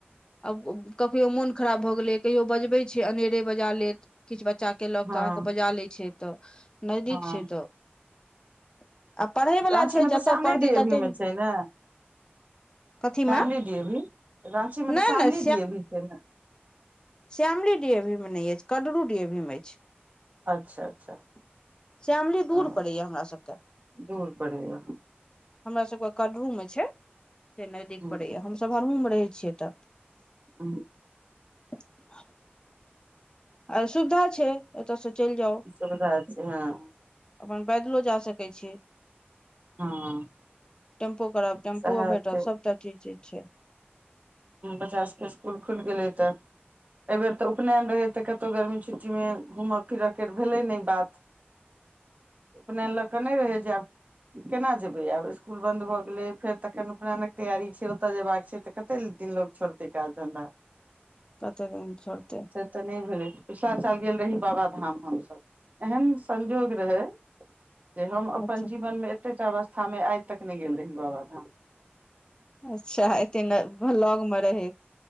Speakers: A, on the left (about 20°); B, on the right (about 40°).
A: आब कखयो मोन खराब भऽ गेलै कहियो बजबे छै, अनेरे बजा लेत किछ बच्चा। केलक
B: हँ
A: तऽ अहाँकेँ बजा ले छै, तऽ नजदीक
B: हँ
A: छै, तऽ आ पढ़यवला
B: राँची
A: छै
B: मे
A: जतय
B: तऽ श्यामली
A: पढ़तै
B: डीएवीमे
A: तते
B: छै ने।
A: कथीमे
B: श्यामली डीएवीमे राँचीमे तऽ
A: नहि
B: श्यामली
A: नहि
B: डीएवीमे सेहो छै ने।
A: श्यामली डीएवीमे नहि अछि, कादरू डीएवीमे अछि।
B: अच्छा, अच्छा।
A: श्यामली दूर
B: ओ
A: पड़ैए हमरा सभके।
B: दूर पड़ैया
A: हमरा सभके कदरू मे छै, से नजदीक
B: हूँ
A: परड़े या हम सभरहु मे रहै छियै तऽ।
B: ह।
A: <inaudible> आर सुविधा छै, एतऽ से चलि जाउ
B: सुविधा छै हँ
A: अपन बैदलो जा सकैत छै।
B: हँ
A: टेम्पो करब टेम्पुओ
B: सएह
A: भेटत
B: छै
A: सभटा चीज छै।
B: बच्चा सभके स्कूल खुलि गेलै तऽ। एहि बेर तऽ उपनयन रहै तऽ कतहु गर्मी छुट्टीमे घूमय फिरऽ के भेलै ने बात। उपनयन लऽ कऽ नहि रहे छै, आब केना जेबै आब स्कुल बन्द भऽ गेलै फेर तखन उपनेनक तैयारी छै, ओतय जेयबाक छै, तऽ खन तन तीन लोक सभके काज दन्ध।
A: प्रत्येक दिन पढतै।
B: तऽ नहि भेलै पिछला साल गेल रही बाबा धाम हमस एहन संयोग रहै। जे हम अपन
A: अच्छा
B: जीवनमे एतेटा अवस्थामे आइ तक नहि गेल रहहि बाबाधाम।
A: अच्छा, एते ने लगमे रहैत।